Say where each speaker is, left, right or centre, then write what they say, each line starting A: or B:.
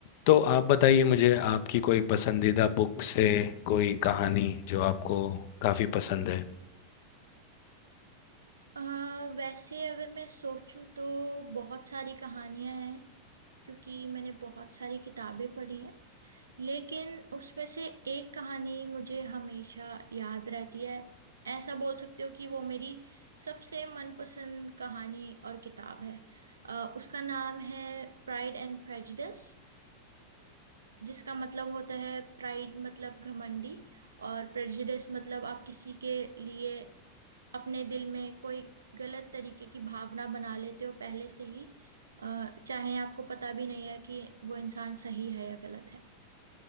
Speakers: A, on the left; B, on the right.
A: तो आप बताइए मुझे आपकी कोई पसंदीदा बुक से कोई कहानी जो आपको काफ़ी पसंद है
B: अ, वैसे अगर मैं सोचूं तो बहुत सारी कहानियां हैं क्योंकि मैंने बहुत सारी किताबें पढ़ी हैं लेकिन उसमें से एक कहानी मुझे हमेशा याद रहती है ऐसा बोल सकते हो कि वो मेरी सबसे मनपसंद कहानी और किताब है अ, उसका नाम है प्राइड एंड प्रेजुडिस जिसका मतलब होता है प्राइड मतलब घमंडी और प्रेजुडिस मतलब आप किसी के लिए अपने दिल में कोई गलत तरीके की भावना बना लेते हो पहले से ही अ, चाहे आपको पता भी नहीं है कि वो इंसान सही है या गलत है